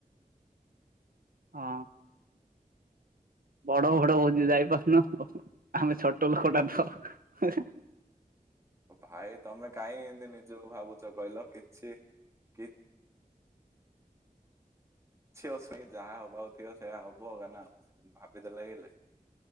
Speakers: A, on the right; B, on the right.
A: ହଁ ବଡ ବଡ ହଉଛି ଯାଇପାରୁନ ଆମେ ଛୋଟ ଲୋକଟା ତ
B: ଭାଇ ତମେ କାହିଁ ତି ନିଜେ ଭାବୁଛ କହିଲ କିଛି କି ଝଅ ସାଇଁ ଯାହା ହବାକୁ ଥିବ ସେଇୟା ହବ କ ନା ଭାବିଦେଲେ ହେଲା